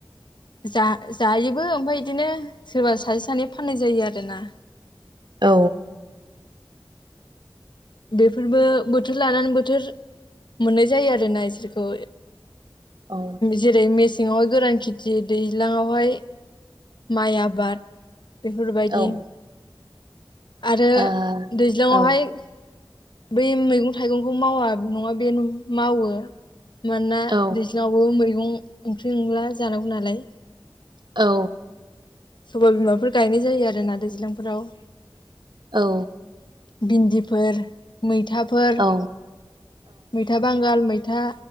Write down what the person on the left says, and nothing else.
जा जायोबो ओमफाय इदिनो सोरबा सासे सानै फाननाय जायो आरोना।
बेफोरबो बोथोर लानानै बोथोर मोननाय जायो आरोना इसोरखो
जेरै मेस सिङावहाय गोरान खिथि दैज्लाङावहाय माइ आबाद बेफोरबायदि
आरो
दैज्लाङावहाय
बै मैगं थाइगंखौ मावा नङा बेनो मावो। मानोना
दैज्लाङावबो मैगं ओंख्रि ओंला जानांगौ नालाय
सबाय बिमाफोर गायनाय जायो आरो ना दैज्लांफोराव
भिनदिफोर मैथ थाफोर
मैथा बांगाल मैथ था